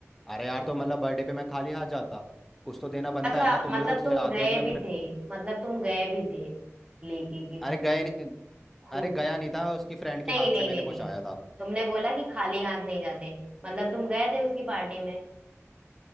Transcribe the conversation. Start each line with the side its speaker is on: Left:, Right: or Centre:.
Centre: अरे यार तो मतलब बर्थडे पे मैं खाली हाथ जाता कुछ तो देना बनता
Right: अच्छा
Centre: है ना तुम
Right: मतलब
Centre: भी तो
Right: तुम
Centre: जाते
Right: गए
Centre: हो अपने
Right: भी
Centre: फ्रेंड
Right: थे मतलब तुम गए भी थे लेके गिफ्ट
Centre: अरे गए नहीं-
Right: खुद
Centre: अरे गया नहीं था उसकी फ्रेंड के
Right: नहीं
Centre: हाथ
Right: नहीं
Centre: से मैंने
Right: नहीं
Centre: पहुंचाया
Right: नहीं
Centre: था
Right: तुमने बोला कि खाली हाथ नहीं जाते मतलब तुम गए थे उसकी पार्टी में